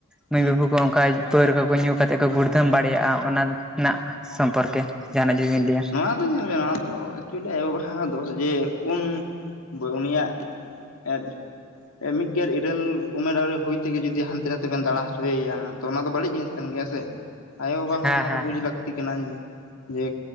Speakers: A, in the centre; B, on the left.
A: ᱢᱟᱹᱭ
B: ᱦᱩᱸ
A: ᱵᱟᱹᱵᱩ
B: ᱦᱩᱸ
A: ᱠᱚ ᱚᱠᱟ ᱯᱟᱹᱣᱨᱟ ᱠᱚᱠᱚ ᱧᱩ ᱠᱟᱛᱮᱫ ᱠᱚ ᱜᱩᱲᱫᱷᱚᱢ ᱫᱟᱲᱮᱭᱟᱜᱼᱟ ᱚᱱᱟ ᱨᱮᱱᱟᱜ ᱥᱚᱢᱯᱚᱨᱠᱮ ᱡᱟᱦᱟᱱᱟᱜ ᱡᱩᱫᱤᱵᱤᱱ ᱞᱟᱹᱭᱟ
B: ᱱᱚᱣᱟ ᱫᱚ ᱧᱮᱞ ᱢᱮ ᱱᱚᱣᱟ ᱫᱚ ᱮᱠᱪᱩᱭᱮᱞᱤ ᱟᱭᱚᱼᱵᱟᱵᱟᱣᱟᱜ ᱫᱚᱥ ᱡᱮ ᱩᱱ ᱩᱱᱤᱭᱟᱜ ᱢᱤᱫ ᱢᱤᱫ ᱜᱮᱟᱨ ᱤᱨᱟᱹᱞ ᱩᱢᱮᱨ ᱟᱹᱣᱨᱤ ᱦᱩᱭ ᱛᱮᱜᱮ ᱡᱩᱫᱤ ᱦᱟᱱᱛᱮ ᱱᱟᱛᱮ ᱵᱮᱱ ᱫᱟᱬᱟ ᱦᱚᱪᱚᱭᱮᱭᱟ ᱛᱚ ᱚᱱᱟ ᱫᱚ ᱵᱟᱹᱲᱤᱡ ᱡᱤᱱᱤᱥ ᱠᱟᱱ ᱜᱮᱭᱟ ᱥᱮ ᱟᱭᱳᱼᱵᱟᱵᱟ
A: ᱦᱮᱸ
B: ᱦᱚᱸ ᱚᱱᱟ
A: ᱦᱮᱸ
B: ᱫᱚ ᱵᱩᱡᱽ ᱞᱟᱹᱠᱛᱤ ᱠᱟᱱᱟ ᱡᱮ